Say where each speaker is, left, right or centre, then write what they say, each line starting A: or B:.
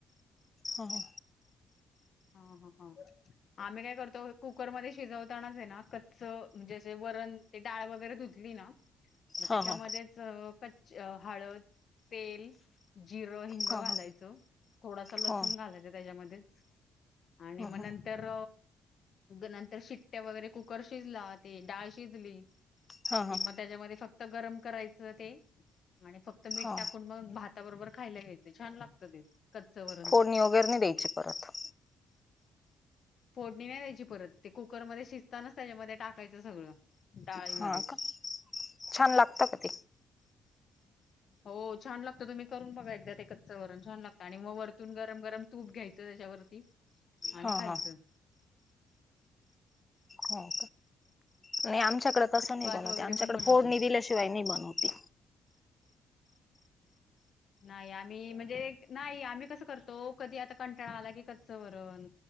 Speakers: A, on the left; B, on the left.
A: हा
B: ह ह ह आम्ही काय करतो कुकरमध्ये शिजवतानाच आहे ना कच्च म्हणजे जे कारण ते डाळ वगैरे धुतली ना. मग त्याच्यामध्येच
A: ह ह
B: कच्ची हळद तेल जिरं हिंग
A: ह
B: घालायचं थोडासा लसूण
A: ह
B: घालायचं त्याच्यामध्ये. आणि
A: ह
B: म नंतर नंतर शिट्ट्या वगैरे कुकर शिजला ते डाळ शिजली
A: ह
B: कि
A: ह
B: मग त्याच्यामध्ये फक्त गरम करायचं ते आणि फक्त मीठ
A: ह
B: टाकून मग भात ति बरोबर खायला घ्यायचं छान लागतं ते कच्च वरण
A: फोडणी वगैरे नाही द्यायची परत
B: फोडणी नाही त्यायची परत ते कुकरमध्ये शिजतानाच त्याच्यामध्ये टाकायचं सगळं डाळीमध्ये
A: हा का छान लागतं का ते
B: हो छान लागतं तुम्ही करून बघा एकदा एकच वरून छान लागतं आणि मग वरतून गरम गरम तूप घ्यायच. त्याच्यावरती आणि
A: हा
B: खायचं.
A: हा ह म आम आच्याकडे तसं नाही
B: भात
A: बनवते
B: वगैरे
A: आमच्याकडे
B: पण बनवतो
A: फोडणी दिल्याशिवाय नाही बनवते.
B: नाही आम्ही म्हणजे नाही आम्ही कसं करतो कधी आता कंटाळा आला की कच्च वरण